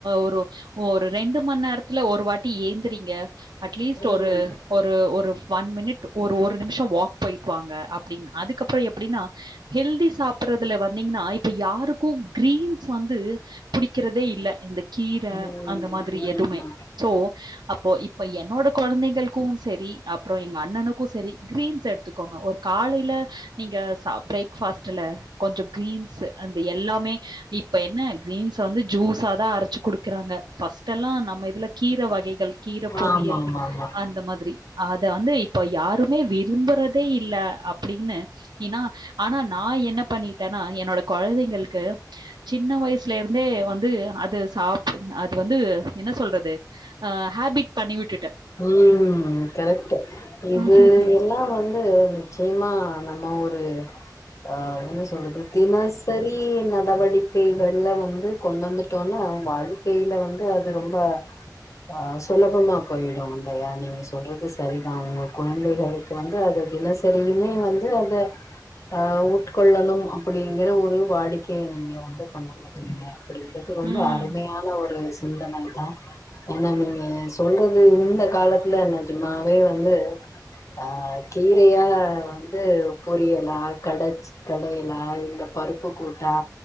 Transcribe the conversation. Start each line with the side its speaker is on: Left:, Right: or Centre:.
Right: ஒரு ஒரு ரெண்டு மண்நேரத் ல ஒரு வாட்டி ஏந்தறீங்க அட்லீஸ்ட்
Left: ம்
Right: ஒரு ஒரு ஒரு ஒன் மினிட் ஒரு ஒரு நிம்ஷொ வாக் போய்ட்டுவாங்க அப்டின்னு அதுக்கப்பறொ எப்டின்னா ஹெல்தி சாப்புட்றதுல வந்தீங்ன்னா இப்ப யாருக்கூ கிரீன்ஸ் வந்து புடிக்கிறதே இல்ல இந்த கீர
Left: ம் ம்
Right: அந்த மாதிரி எதுமே
Left: ம்
Right: சோ அப்போ இப்ப என்னோட கொழந்தைங்களுக்கு செரி அப்பற எங்க அண்ணனுக்கு செரி கிரீன்ஸ் எடுத்துக்கோங்க ஒரு காலையில நீங்க ச பிரேக்ஃபாஸ்ட்டுல கொஞ்சம் கிரீன்ஸ்அந்த எல்லாமே இப்ப என்ன கிரீன்ஸ் வந்து ஜூஸ்ஸாதா அரைச்சு குடுக்குறாங்க ஃபர்ஸ் டெல்லா நம்ம இதுல கீர வகைகள் கீரபொரியல்
Left: ஆமா ஆமா ஆமா
Right: அந்த மாதிரி அத அந்து இப்ப யாருமே விரும்பறதே இல்ல அப்புடின்னு என்னா ஆனா நா என்ன பண்ணிட்டன்னா என்னோட கொழந்தைங்களுக்கு சின்ன வயஸ்லேர்ந்தே வந்து அது சாப்டுங்க அது வந்து என்ன சொல்றது அ ஹேபிட் பண்ணிவிட்டுட்டே
Left: ம் கரெக்ட் இது
Right: ம்
Left: இதுல்லா வந்து நிச்சயமா நம்ம ஒரு அ என்ன சொல்லுது தினசரி நடவடி கைகள்ல வந்து கொண்டு வந்துட்டோன்னா வாழ்க்கைல வந்து அது ரொம்ப அ சுலபமா பொய்டு அல்லையா நீங்க சொல்றது சரிதாங்க குழந்தைகளுக்கு வந்து அது தினஸ் செரியுமே வந்து அத ஆ உட்கொள்ளணு அப்படிங்கிற ஒரு வாடிக்கைய நீங்க வந்து கொண்ட க்கு ரொம்ப
Right: ம்
Left: அருமையான ஒரு சிந்தனதா ஏன்னா நீங்க சொல்ற ம் இந்த காலத்துல நெஜமாவே வந்து அ கீரையா வந்து பொரியலா கடச் கடையலா இல்ல பருப்பு கூட்டா